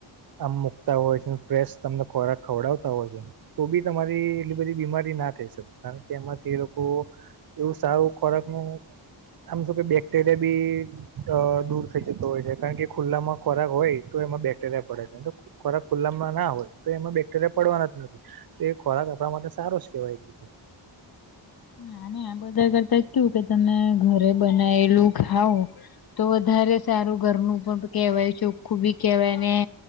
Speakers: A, on the right; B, on the left.
A: આમ મુકતા હોય છે ફ્રેશ તમને ખોરાક ખવડાવતા હોય છે. તો બી તમારી એટલી બધી બીમારી ના થઈ શકે કારણ કે એમાંથી એ લોકો એવું સારું ખોરાક નું આમ શું કે બેક્ટેરિયા બી દૂર થઈ જતો હોય છે કારણ કે ખુલ્લામાં ખોરાક હોય તો એમાં બેક્ટેરિયા પડે છે તો ખોરાક ખુલ્લામાં ના હોય તો એમાં બેક્ટેરિયા પડવાના જ નથી તો એ ખોરાક આપડા માટે સારો જ કેવાય
B: નાને આ બધા કરતા કેવું કે તમે ઘરે બનાયેલું ખાવ તો વધારે સારું ઘરનું પણ કેવાય ચો બી કેવાય